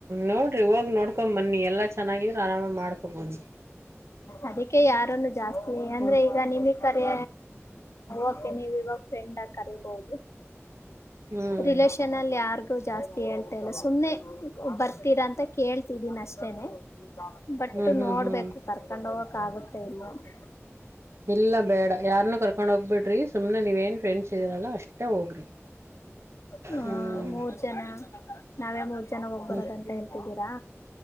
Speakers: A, on the right; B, on the left.
A: ನೋಡ್ರಿ ಹೋಗ್ ನೋಡ್ಕೊ್ ಬನ್ನಿ ಎಲ್ಲಾ ಚೆನ್ನಾಗಿ ಆರಾಮಾಗಿ ಮಾಡ್ಕೋಬಹುದು
B: ಅದಕ್ಕೆ ಯಾರನ್ನು ಜಾಸ್ತಿ ಅಂದ್ರೆ
A: ಹ್ಮ್
B: ಈಗ ನಿಮಗ್ ಕರಿ ಓಕೆ ನೀವು ಇವಾಗ್ ಫ್ರೆಂಡ್ ಆಗ್ ಕರಿಬೊದು.
A: ಹ್ಮ್
B: ರಿಲೇಷನ್ ಅಲ್ ಯಾರ್ ಜಾಸ್ತಿ ಹೇಳ್ತಾ ಇಲ್ಲ ಸುಮ್ನೆ ಬರ್ತೀರಾ ಅಂತ ಕೇಳ್ತಿದೀನಿ ಅಷ್ಟೇನೆ. ಬಟ್
A: ಹ್ಮ್ ಹ್ಮ್
B: ನೋಡ್ಬೇಕು
A: ಹ್ಮ್
B: ಕರ್ಕೊಂಡ್ ಹೋಗಕ್ ಆಗುತ್ತ ಇಲ್ವ ಅಂತ.
A: ಇಲ್ಲ ಬೇಡ ಯಾರ್ನ್ನು ಕರ್ಕೊಂಡ್ ಹೋಗ್ಬಿಡ್ರಿ ಸುಮ್ನೆ ನೀವ್ ಏನ್ ಫ್ರೆಂಡ್ಸ್ ಇದರಲ್ಲ ಅಷ್ಟೇ ಹೋಗ್ರಿ
B: ಹ
A: ಹ್ಞ.
B: ಮೂರ್ ಜನ ನಾವೇ ಮೂರ್ ಜನ ಹೋಗ್
A: ಹ್ಮ್
B: ಬರೋದಂತ ಹೇಳ್ತಿದ್ದೀರಾ.